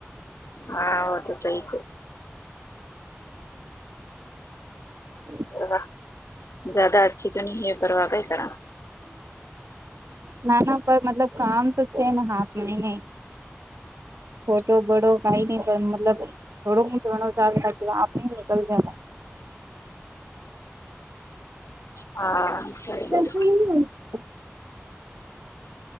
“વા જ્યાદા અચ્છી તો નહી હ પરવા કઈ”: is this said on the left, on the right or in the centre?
Left